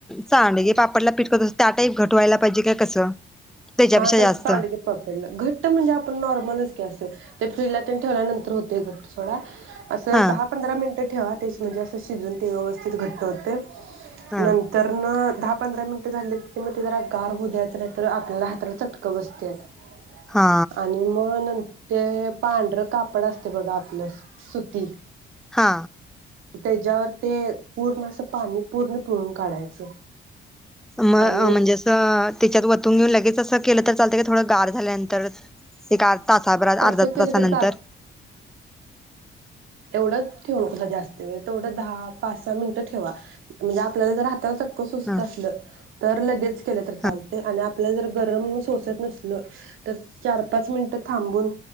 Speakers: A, in the centre; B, on the right.
A: सांडगे पापडला पिटकस त्या टाईप घटवायला पाहिजे कि कसं त्याच्यापेक्षा
B: हा तस
A: जास्त
B: सांडगे पापडला घट्ट म्हणजे आपण नॉर्मलच कि असं ते फ्रीजला त्येन ठेवल्यानंतर होते घट सोडा असं
A: हा
B: दहा पंधरा मिनटं ठेवा तेच म्हणजे असं शिजवून ते व्यवस्थित घट्ट होतेय
A: हा
B: नंतर न दहा पंधरा मिनिटं झालेत कि मग ते जरा गार होऊ द्यायच नाही तर आपल्याला हा ताला चटकं बसत्यात
A: हा
B: आणि म नंतर ते पांढरं कापड असते बघा आपलं सुती
A: हा.
B: त्येजावर ते पूर्ण अस पाणी पूर्ण पिळून काढायचं.
A: म अ
B: आणि
A: म्हणजे असं त्याच्यात वतून घेऊन लगेचच अस केलं तर चालतंय का थोडं गार झाल्यानंतर एक आर तासाबरात
B: तसं
A: अर्धा
B: केलं
A: तासानंतर
B: तर येवढं ठेवू नको सा जास्ती वेळ तेवढं दहा पाच सहा मिनिटं ठेवा म्हणजे आपल्याला जर हाताला चट कळ सोसत
A: हा
B: असल तर लगेच केल तर चालते
A: हा
B: आणि आप आपल्याला जर गरम सोसत नसल तर चार पाच मिनट तर थांबून